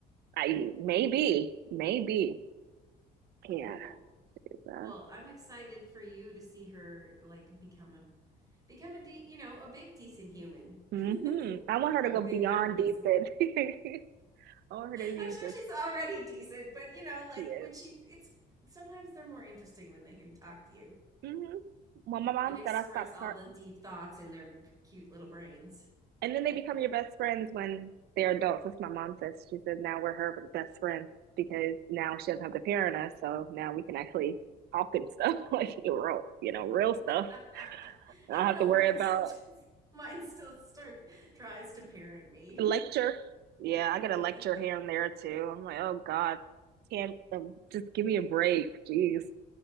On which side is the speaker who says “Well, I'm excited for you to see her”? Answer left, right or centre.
Right